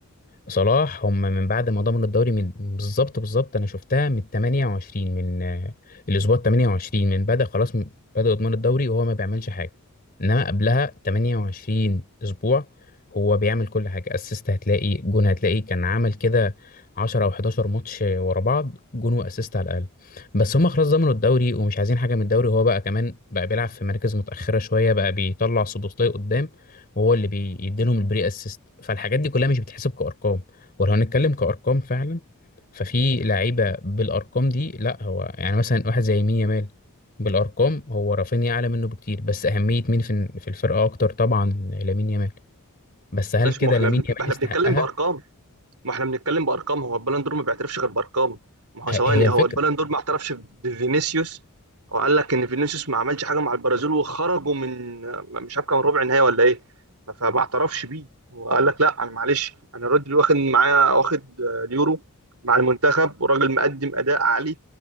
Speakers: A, on the left; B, on the right.
A: صلاح هم من بعد ما ضمنوا الدوري من بالظبط بالظبط انا شفتها من 28 من آه، الاسبوع 28 من بدأ خلاص م- بدأوا يضمنوا الدوري وهو ما بيعملش حاجه انما قبلها 28 اسبوع هو بيعمل كل حاجه اسيست هتلاقي جون هتلاقي كان عمل كده 10 او 11 ماتش ورا بعض جون واسيست على الاقل بس هم خلاص ضمنوا الدوري ومش عايزين حاجه من الدوري هو بقى كمان بقى بيلعب في مراكز متاخره شويه بقى بيطلع سوبوسلاي قدام وهو اللي بيديلهم البري اسيست فالحاجات دي كلها مش بتحسب كارقام ولو هنتكلم كارقام فعلا ففي لعيبه بالارقام دي لا هو يعني مثلا واحد زي مين يامال بالارقام هو رافينيا اعلى منه بكتير بس اهميه مين في في الفرقه اكتر طبعا لامين يامال بس هل
B: ماشي
A: كده
B: ما احنا
A: لامين
B: ما
A: يامال
B: احنا
A: يستحقها
B: بنتكلم بارقام ما احنا بنتكلم بارقام هو البالون دور ما بيعترفش غير بارقام ما هو
A: ه-
B: ثواني
A: هي الفكره
B: هو البالون دور ما اعترفش بفينيسيوس وقال لك ان فينيسيوس ما عملش حاجه مع البرازيل وخرجوا من مش عارف كان ربع نهائي ولا ايه ف- فما اعترفش بيه وقال لك لا انا معلش انا رودري واخد معايا واخد آه، اليورو مع المنتخب وراجل مقدم اداء عالي